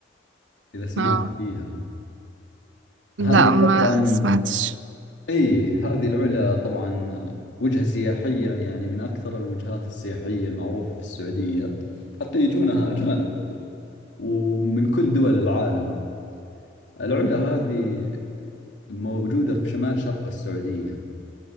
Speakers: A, on the left (about 75°); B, on the right (about 75°).
A: إذا سمعت
B: اه
A: فيها
B: لا
A: هذه
B: ما
A: طبعا
B: سمعتش
A: أي هذه العلا طبعا وجهة سياحية يعني من أكثر الوجهات السياحية المعروفة في السعودية حتى يجونها أجانب ومن كل دول العالم العلا هذه موجودة في شمال شرق السعودية